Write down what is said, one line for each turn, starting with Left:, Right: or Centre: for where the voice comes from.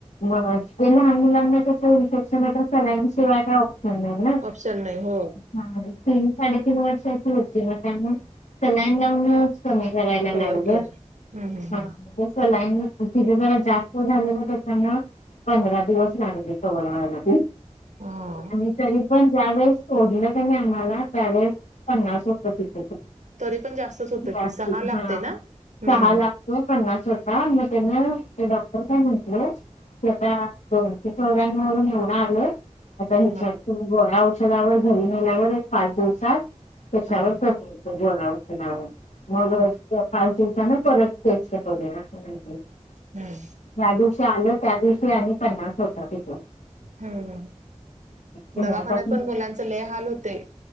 Left: मग लहान मुलांना तसं इंसेप्शन सलाईन शिवाय काय ह ना
Right: ऑप्शन नाही हो
Left: हा तीन साडेतीन वर्ष अशी होतील मग त्यामुळे सलाईन लावूनच कमी करायला
Right: कव्हर
Left: लागल
Right: केलं हम्म हम्म
Left: हा
Right: हम्म
Left: तो सलाईन तिथे जरा जास्त झाले ना त्या मुळे पंधरा दिवस लागले कवर व्हायला
Right: हा
Left: आम्ही तरी पण ज्या वेळेस सोडलं कनी आम्हाला त्यावेळेस पन्नास <unintelligible>
Right: तरी पण जास्तच होतं
Left: हा
Right: की
Left: हा
Right: सहा लागते ना हम्म
Left: सहा लाख. पन्नास होता मग तेन ते डॉक्टर का म्हटले की आता दोनशे चौऱ्यानऊ वरून येवढ आले आता
Right: ह
Left: हेच्यातुन गोळ्या औषध धावर घरी नेल्यावर एक पाच दिवसात त्याच्यावर
Right: हा हम्म
Left: कमी येतय गोळ्या औषदावर मग अ हे पाच दिवसान परत तेच की बगुया त्या
Right: हम्म
Left: दिवशी ते आल त्या दिवशी आणि पन्नास होता तिथ
Right: हम्म
Left: तेव्हापासून
Right: दवाखान्यात पण मुलांच लय हाल होतयं.